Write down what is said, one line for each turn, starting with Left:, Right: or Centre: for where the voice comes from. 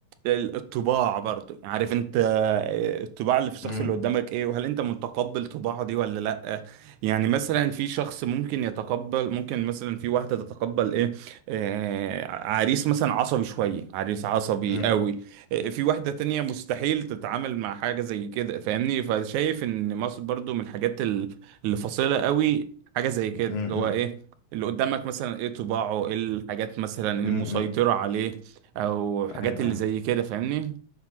Right: ال- الطباع برضو يعني عارف انت آه، الطباع اللي في الشخص
Left: امم
Right: اللي قدامك ايه وهل انت متقبل طباعه دي ولا لا يعني مثلا في شخص ممكن يتقبل ممكن مثلا في واحدة تتقبل ايه آه عريس مثلا عصبي شوية عريس عصبي
Left: امم
Right: قوي آه، في واحدة تانية مستحيل تتعامل مع حاجة زي كده فاهمني فشايف ان مصر برضو من الحاجات ال- اللي فاصلة قوي حاجة زي كده
Left: امم
Right: اللي هو ايه اللي قدامك مثلا ايه طباعه ايه الحاجات مثلا المسيطرة
Left: امم امم،
Right: عليه او حاجات
Left: ايوه
Right: اللي
Left: أيوة.
Right: زي كده فاهمني